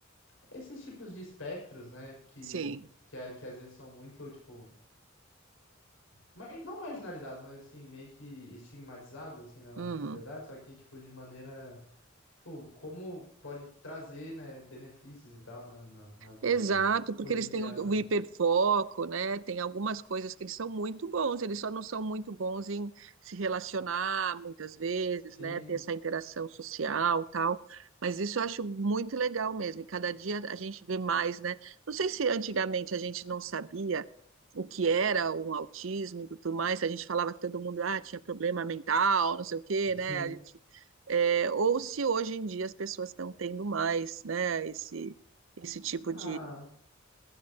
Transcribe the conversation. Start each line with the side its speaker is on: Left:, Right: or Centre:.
Left: Esses tipos de espectros, né, que,
Right: Sim.
Left: que, a- que às vezes são muito, tipo, ma- não marginalizados, mas assim, meio que estigmatizados, assim, na nossa
Right: Uhum.
Left: sociedade, só que, tipo, de maneira, tipo, como pode trazer, né, benefícios e tal na, na, na vida
Right: Exato,
Left: cotidiana.
Right: porque eles têm o, o hiperfoco, né? Tem algumas coisas que eles são muito bons, eles só não são muito bons em se relacionar muitas vezes,
Left: Sim,
Right: né? Ter essa interação social, tal. Mas isso eu acho muito legal mesmo. E cada dia a gente vê mais, né? Não sei se antigamente a gente não sabia o que era um autismo e tudo mais. A gente falava que todo mundo ah, tinha problema mental, não sei o quê,
Left: sim.
Right: né? A gente, é, ou se hoje em dia as pessoas estão tendo mais, né? Esse esse tipo
Left: Ah,
Right: de.